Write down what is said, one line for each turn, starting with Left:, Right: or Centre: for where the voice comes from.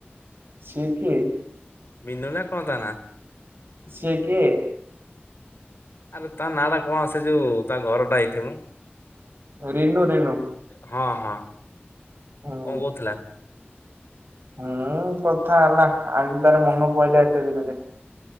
Right: ସିଏ କିଏ।
Left: ମିନୁ ନା କଣ ତା ନାଁ।
Right: ସିଏ କିଏ।
Left: ଆରେ ତା ନାଁଟା କଣ ସେ ଯୋଉ ତା ଘରଟା ଏଇଠି ମ।
Right: ରିନୁ ରିନୁ।
Left: ହଁ ହଁ
Right: ହୁଁ।
Left: କଣ କହୁଥିଲା।
Right: ହୁଁ କଥା ହେଲା ଆଜି ତାର ମନ ପଇଲା ଏତେ ଦିନରେ।